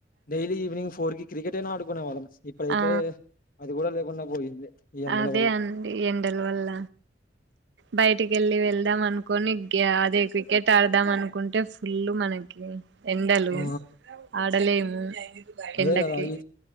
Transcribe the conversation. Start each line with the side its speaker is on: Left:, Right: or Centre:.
Left: daily evening four cricket అయినా ఆడుకునే వాళ్ళం ఇప్పుడైతే
Right: ఆ
Left: అది కూడా లేకుండా పోయింది ఈ ఎండల
Right: అదే
Left: వల్ల.
Right: అండి ఎండల వల్ల బయటికి వెళ్ళి వెళ్దాం అనుకని గ అదే క్రికెట్ ఆడదాం అనుకుంటే ఫుల్ మనకి ఎండలు
Left: ఆ!
Right: ఆడలేము
Left: అదే
Right: ఎండకి
Left: కదా ఈ